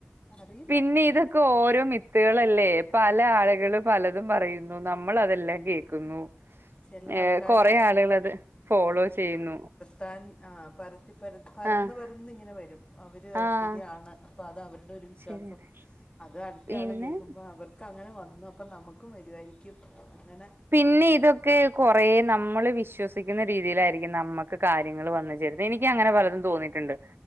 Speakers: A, on the left; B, on the right.
A: അറിയില്ല
B: പിന്നെ ഇത് ഇപ്പൊ ഓരോ മിത്തൾല്ലേ. പല ആളുകൾ പലതും പറയുന്നു നമ നമ്മൾതെല്ലാം കേൾക്കുന്നു.
A: ചില
B: ഏ
A: ആൾക്കാര്
B: കൊറ ആളുകളത് ഫോളോ ചെയ്യുന്നു.
A: താൻ ആഹ് പര പരന്ന്
B: ആഹ്
A: പരന്നിങ്ങനെ വരും. അവര്
B: ആഹ്
A: ശരിയാണ് അപ്പം അത് അവരുടെ ഒരു വിശ്വാസം
B: ശരിയാണ്
A: അത് അടുത്ത
B: പിന്നെ
A: ആള് കേക്കുമ്പോ അവർക്ക് അങ്ങനെ വന്നു, അപ്പം നമുക്കും വരുവായിരിക്കും അങ്ങനെ
B: പിന്നെ ഇതൊക്കെ കൊറ നമ്മള് വിശ്വസിക്കുന്ന രീതിയിലായിരിക്കും നമ്മ ക കാര്യങ്ങൾ വന്നു ചേർന്ന് എനിക്ക് അങ്ങനെ പലതും തോന്നിയിട്ടുണ്ട്.